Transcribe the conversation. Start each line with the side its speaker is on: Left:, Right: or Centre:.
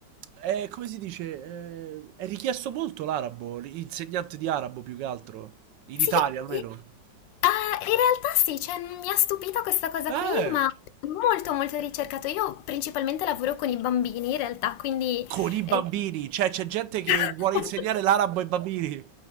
Right: è- come si dice? È, è richiesto molto l'arabo, l'insegnante di arabo più che altro, in
Left: Sì,
Right: Italia almeno.
Left: sì. Ah, in realtà sì, cioè, mi ha stupito questa cosa
Right: Eh,
Left: qui, ma è molto molto ricercato. Io principalmente lavoro con i bambini in realtà, quindi...
Right: con i bambini,
Left: eh,
Right: cioè c'è gente che
Left: <laughs>
Right: vuole insegnare l'arabo ai bambini.